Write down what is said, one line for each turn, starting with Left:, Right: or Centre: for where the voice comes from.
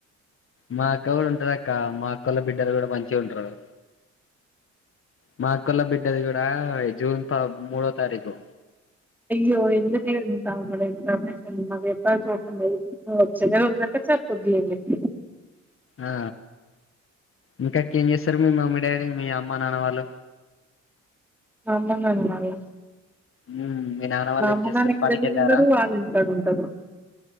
Left: మా అక్క కూడా ఉంటది అక్క మా అకోల్ల బిడ్డలు కూడా మంచిగా ఉంటారు మా అకోల్లా బిడ్డది కూడా జూన్ త మూడో తారీకు
Centre: అయ్యో ఎందుక ఏడుత్త ఉన్నావు ఇన్ఫర్మేషన్ మాకు చెప్పాల్సిన అవసరం లేదు వచ్చలే ఉందంటే సరిపోద్దు ఎందుకకి
Left: ఆ ఇంకాక ఏం చేస్త సరే మీ మమ్మీ డాడీ మీ అమ్మ నాన్న వాళ్ళు
Centre: మా అమ్మ నాన్న మల్ల
Left: మ్మ్ మీ నాన్న వాళ్ళు
Centre: మా అమ్మ
Left: ఏం చేస్తారు
Centre: నాన్న ఇక్కడ
Left: పనికి
Centre: ఎందుకుండరు
Left: వెళ్ళారా
Centre: వాళ్ళ ఇంట్లోనే ఉంటారు